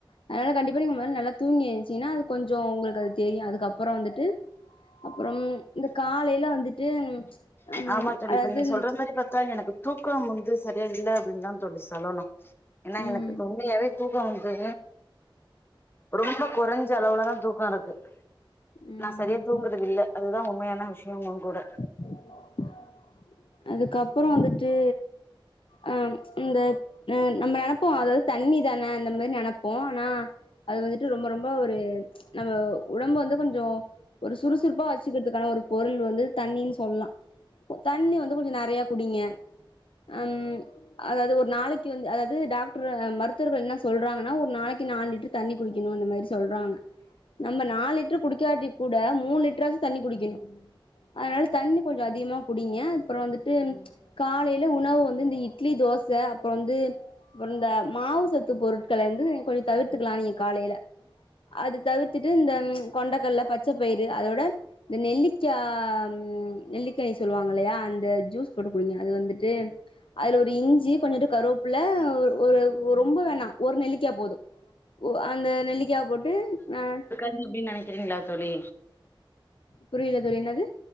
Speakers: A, on the left (about 80°); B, on the left (about 25°).
A: அதனால கண்டிப்பா நீங்க மொதல நல்லா தூங்கி ஏன்ச்சிங்கனா அது கொஞ்சோ ஒங்களுக்கு அது தெரியு அதுக்கப்றோ வந்துட்டு அப்றம் இந்த காலைல வந்துட்டு ம்
B: ஆமா தோழி
A: அதாவது
B: இப்ப நீங்க சொல்ற மாரி பாத்தா எனக்கு தூக்கம் வந்து சரியா இல்ல அப்டின்னு தா தோழி சொல்லனு ஏனா
A: ம்
B: எனக்கு இது உண்மையாவே தூக்க வந்து ரொம்ப கொறஞ்ச அளவுல தா தூக்க இருக்கு
A: ம்
B: நா சரியா தூங்குறது
A: ம்
B: இல்ல அதுதா உண்மையான விஷயமு கூட
A: <unintelligible> அதுக்கப்றோ வந்துட்டு அ இந்த ஆ நம்ம நெனப்போ அதாது தண்ணி தானே அந்த மாரி நெனப்பே ஆனா அது வந்துட்டு ரொம்ப ரொம்ப ஒரு நம்ம உடம்பு வந்து கொஞ்சோ ஒரு சுறுசுறுப்பா வச்சிக்கிறதுக்கான ஒரு பொருள் வந்து தண்ணின் சொல்ல தண்ணி வந்து கொஞ்ச நெறையா குடிங்க அம் அதாது ஒரு நாளைக்கு வந்து அதாது டாக்ரு மருத்துவர்கள் என்னா சொல்றாங்கன்னா ஒரு நாளைக்கு நாலு லிட்ரு தண்ணி குடிக்கணு அந்த மாரி சொல்றாங்க நம்ம நாலு லிட்டர் குடிக்காட்டி கூட மூணு லிட்ராச்சும் தண்ணி குடிக்கணு அதனால தண்ணி கொஞ்சோ அதிகமாக குடிங் நியா அப்புறோ வந்துட்டு ம்ச் காலையில உணவு வந்து இந்த இ அப்றோ இந்த மாவு சத்து பொருட்கள வந்து நீ கொஞ்சோ தவிர்த்துக்கலா நீங்க காலையில அது தவிர்த்துட்டு இந்த ம்ச் கொண்டைக்கல்ல பச்ச பயிறு அதோட இந்த நெல்லிக் க்கியாம் நெல்லிக்கனி சொல்லுவாங்க இல்லையா அந்த ஜூஸ் போட்டு குடிங்க அது வந்துட்டு அதுல ஒரு இஞ்சி கொஞ்சோண்டு கருவேப்புல ஒர் ஒரு ஒ ரொம்ப வேணா ஒரு நெல்லிக்கா போது ஓ அந்த நெல்லிக்கா போட்டு அ
B: <unintelligible> ன்னு நெனைக்கிறீங்களா தோழி
A: புரியல தோழி என்னாது